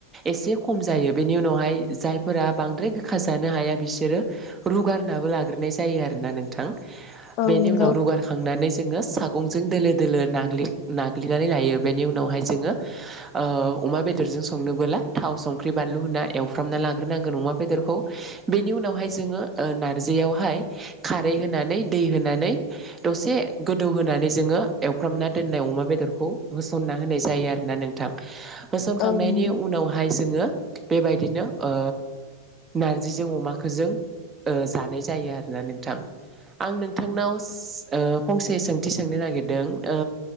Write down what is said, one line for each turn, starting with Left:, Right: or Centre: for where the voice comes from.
Right: एसे खम जायो बेनि उनावहाय जायफोरा बांद्राय गोखा जानो हाया बिसोरो रुगारनाबो लाग्रोनाय जायो आरोना नोंथां।
Left: औ
Right: बेनि
Left: नंगौ
Right: उनाव रुगार खांनानै। जोङो सागंजों दोलो दोलो नाग्लि नाग्लिनानै लायो बेनि उनावहाय जोङो ओ अमा बेदरजों संनोबोला थाव संख्रि बानलु होनना एवफ्रामना लाग्रोनांगोन अमा बेदरखौ बेनि उनाव उनाव जो ओ नारजह खारै होनानै दै होनानै दसे गोदौ होनानै जोङो एवफ्रामना दोननाय अमा बेदरखौ होसननानै होनाय जायो आरोना नोंथां होसनखांनायनि
Left: औ नंगौ
Right: उनावहाय जोङो बेबायदिनो ओ नारजिजों अमाखौ जों ओ जानाय जायो आरोना नोंथां। आं नोंथांनाव ओ फंसे सोंथि सोंनो नागिरदों ओ